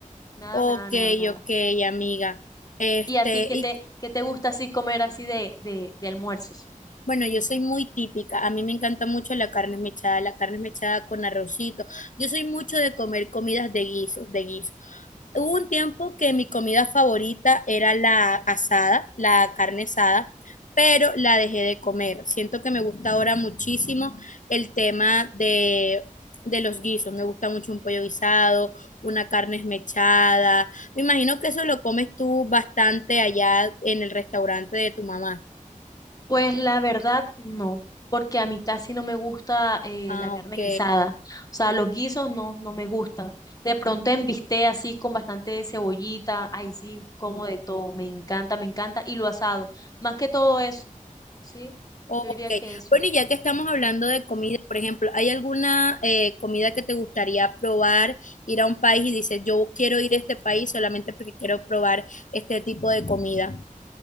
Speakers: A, on the left; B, on the left.
A: nada,
B: Ok,
A: nada, nada, nada.
B: ok, amiga. Este,
A: ¿Y a ti qué
B: ¿y
A: te, qué te gusta así comer así de, de, de almuerzos?
B: Bueno, yo soy muy típica. A mí me encanta mucho la carne mechada, la carne mechada con arrocito. Yo soy mucho de comer comidas de guisos, de guiso. Hubo un tiempo que mi comida favorita era la asada, la carne asada, pero la dejé de comer. Siento que me gusta ahora muchísimo el tema de, de los guisos. Me gusta mucho un pollo guisado, una carne esmechada. Me imagino que eso lo comes tú bastante allá en el restaurante de tu mamá.
A: Pues la verdad, no, porque a mí casi no me gusta eh,
B: Ah,
A: la carne
B: ok.
A: guisada. O sea, los guisos no, no me gustan. De pronto en bistec así con bastante cebollita, ahí sí, como de todo. Me encanta, me encanta. Y lo asado, más que todo eso, ¿sí?
B: Ok,
A: Yo diría que eso.
B: bueno, y ya que estamos hablando de comida, por ejemplo, ¿hay alguna eh, comida que te gustaría probar, ir a un país y dices, yo quiero ir a este país solamente porque quiero probar este tipo de comida?